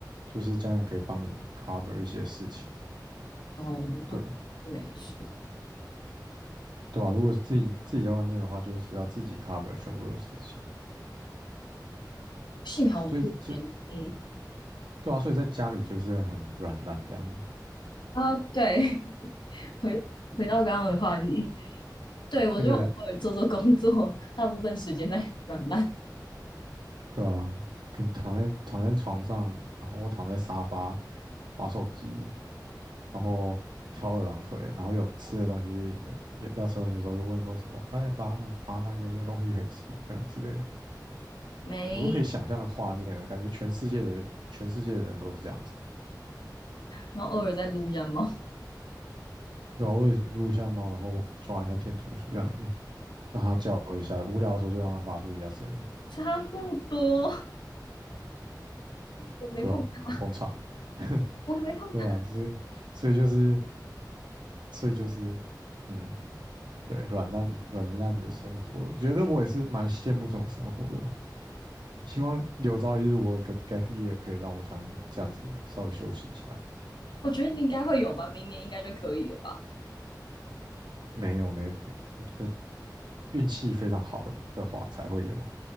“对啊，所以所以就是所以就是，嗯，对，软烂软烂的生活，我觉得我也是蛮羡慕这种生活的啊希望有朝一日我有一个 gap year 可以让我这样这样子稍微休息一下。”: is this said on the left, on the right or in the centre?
Right